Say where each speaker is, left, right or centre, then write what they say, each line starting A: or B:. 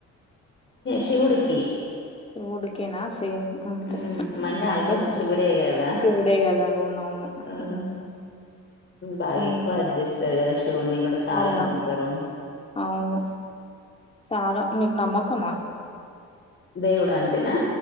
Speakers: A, on the left; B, on the left.
A: షివుడుకి
B: శివుడుకేనా సేమ్ అంతే
A: ఉమ్
B: మండే
A: ఆల్మోస్ట్ శివుడే కదా
B: శివుడే గదా అవునవును
A: ఆ
B: మ్మ్
A: బాగెక్కువ
B: మ్మ్
A: అడ్ చేస్తారు గదా శివుణ్ణి గూడా చాలా
B: అవునవును
A: నమ్ముతరు
B: అవును చాలా మీకు నమ్మకమా
A: దేవుడంటేనా